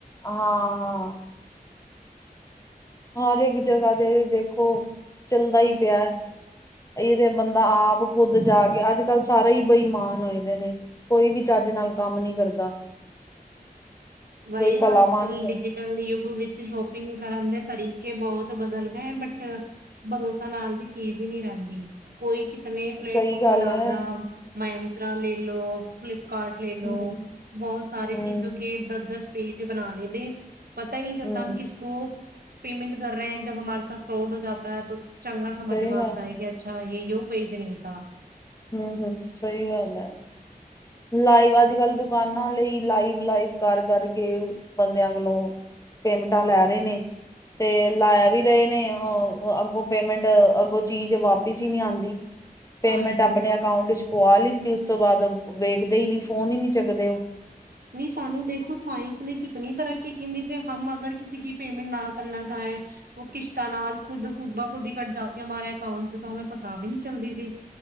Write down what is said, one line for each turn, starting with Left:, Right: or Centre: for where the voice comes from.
Left: ਹਾਂ-ਹਾਂ ਹਰ ਇੱਕ ਜਗ੍ਹਾ ਤੇ, ਦੇਖੋ ਚੱਲਦਾ ਹੀ ਪਿਆ। ਇਹਦੇ ਬੰਦਾ ਆਪ ਖੁੱਦ ਜਾ ਕੇ ਅੱਜ -ਕੱਲ ਸਾਰੇ ਹੀ ਬੇਈਮਾਨ ਹੋਏ, ਦੇ, ਨੇ ਕੋਈ ਵੀ ਚੱਜ ਨਾਲ ਕੰਮ ਨੀ ਕਰਦਾ
Right: ਬਾਈ।
Left: ਕੋਈ ਭਲਾ
Right: ਅੱਜ
Left: ਮਾਨਸ
Right: ਕੱਲ ਡਿਜੀਟਲ ਯੁੱਗ ਵਿੱਚ, ਸ਼ੋਪਿੰਗ ਕਰਨ ਦੇ ਤਰੀਕੇ ਬਹੁਤ ਬਦਲ ਗਏ, ਬਟ ਭਰੋਸਾ ਨਾਮ ਦੀ ਚੀਜ਼ ਹੀ ਨਹੀਂ ਰਹਿੰਦੀ। ਕੋਈ ਤਨੇ ਪਲੇਟਫਾਰਮ
Left: ਸਹੀ ਗੱਲ
Right: ਬਣਾ
Left: ਹੈ,
Right: ਦਾ ਮ <inaudible> ਕਾਰਡ ਲੈ ਲਓ,
Left: ਹੂੰ,
Right: ਬਹੁਤ ਸਾਰੇ
Left: ਹੂੰ।
Right: ਚੀਜ਼ ਕਿ, ਇੱਦਾਂ ਦਸ ਪੇਜ ਬਣਾ ਲੇਦੇ ਪਤਾ ਹੀ ਨਹੀਂ ਚਲਦਾ
Left: ਹੂੰ,
Right: ਹ ਕਿਸ ਕੋ ਪੇਮੈਂਟ ਕਰ ਰਹੇ ਜਬ ਹਮਾਰ ਸਾ ਫਰੋਡ ਹੋ ਜਾਤਾ ਹੈ ਤੋਂ ਚੰਗਾ ਸਮਝ
Left: ਸਹੀ
Right: ਮਾਰਤਾ
Left: ਗੱਲ,
Right: ਹੈਗਾ ਅੱਛਾ <unintelligible> ਇਹੋ ਪੇਜ ਨੀ ਤਾਂ
Left: ਹਮ-ਹਮ ਸਹੀ ਗੱਲ ਹੈ ਲਾਈਵ ਅੱਜ ਕੱਲ ਦੁਕਾਨਾਂ ਲਈ ਲਾਈਵ-ਲਾਈਵ ਕਰ ਕਰਕੇ ਬੰਦਿਆਂ ਕੋਲੋਂ ਪੇਮਟਾਂ ਲੈ ਰਹੇ ਨੇ ਤੇ ਲਾਇਆ ਵੀ ਰਹੇ ਨੇ ਅੱਗੋਂ ਪੇਮੈਂਟ ਅੱਗੋਂ ਚੀਜ਼ ਵਾਪਿਸ ਹੀ ਨਹੀ ਆਉਂਦੀ ਪੇਮੈਂਟ
Right: ਹਾਂਜੀ
Left: ਆਪਣੇ ਅਕਾਊਂਟ ਵਿੱਚ ਪਆ ਲਿੱਤੀ ਉਸ ਤੋਂ ਬਾਅਦ ਵੇਖਦੇ ਹੀ ਨੀ ਫੋਨ ਹੀ ਨੀ ਚਗਦੇ ਉਹ
Right: ਨਹੀਂ ਸਾਨੂੰ ਦੇਖੋ ਸਾਇੰਸ ਨੇ ਕਿਤਨੀ ਤਰੱਕੀ ਕਹਿੰਦੀ ਸੀ ਹਮ ਅਗਰ ਕਿਸੇ ਪੇਮੈਂਟ ਨਾ ਕਰਨਾ ਚਾਹੇ ਉਹ ਕਿਸ਼ਤਾਂ ਨਾਲ ਖੁਦ ਖੁਦਬ ਖੁਦ ਹੀ ਕੱਟ ਜਾਤੀ ਅਕਾਊਂਟ ਤਾਂ ਪਤਾ ਵੀ ਨਹੀਂ ਚੱਲਦੀ ਸੀ